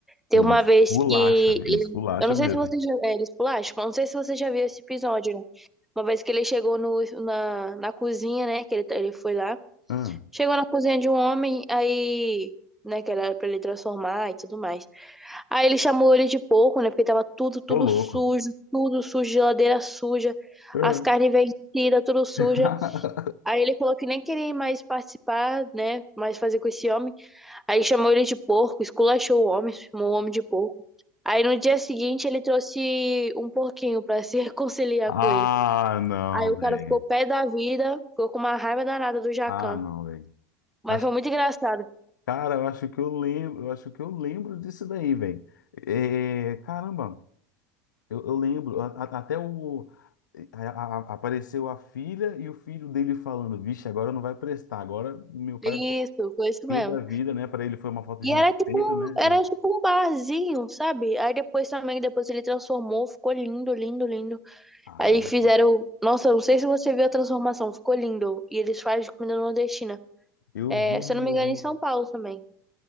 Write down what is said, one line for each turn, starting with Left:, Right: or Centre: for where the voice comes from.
Centre: tem
Left: Deus,
Centre: uma vez
Left: Bolacha,
Centre: que ele-
Left: isso, bolacha
Centre: eu não
Left: mesmo.
Centre: sei se você já é, ele esculacha, eu não sei se você já viu esse episódio, né? Uma vez que ele chegou no, na, na cozinha, né, que ele, ele foi lá,
Left: Ah,
Centre: chegou na cozinha de um homem, aí, né, que era pra ele transformar e tudo mais. Aí ele chamou ele de porco, né, porque tava tudo, tudo
Left: ô louco.
Centre: sujo, tudo sujo, geladeira suja,
Left: Ah.
Centre: as carnes vencidas, tudo suja.
Left: <laughs>
Centre: Aí ele falou que nem queria mais participar, né, mais fazer com esse homem. Aí chamou ele de porco, esculachou o homem, chamou o homem de porco. Aí no dia seguinte ele trouxe um porquinho pra se <laughs> reconciliar
Left: Ah,
Centre: com ele.
Left: não,
Centre: Aí o
Left: velho.
Centre: cara ficou pé da vida, ficou com uma raiva danada do Jacan.
Left: Ah, não, velho.
Centre: Mas
Left: Acho-
Centre: foi muito engraçado.
Left: Cara, eu acho que eu lembro, eu acho que eu lembro disso daí, velho. É, caramba, eu, eu lembro. a- a- até o a- a- a- apareceu a filha e o filho dele falando, vixe, agora não vai prestar. Agora meu pai
Centre: Isso,
Left: ficou
Centre: foi isso
Left: pé
Centre: mesmo.
Left: da vida, né? Para ele foi uma falta
Centre: E
Left: de
Centre: era
Left: respeito,
Centre: tipo um,
Left: né?
Centre: era tipo um barzinho, sabe? Aí depois também, depois ele transformou, ficou lindo, lindo, lindo.
Left: Caramba,
Centre: Aí fizeram,
Left: só.
Centre: nossa, não sei se você viu a transformação, ficou lindo. E eles fazem comida nordestina.
Left: eu
Centre: É,
Left: vi,
Centre: se eu não me
Left: eu
Centre: engano,
Left: vi.
Centre: em São Paulo também.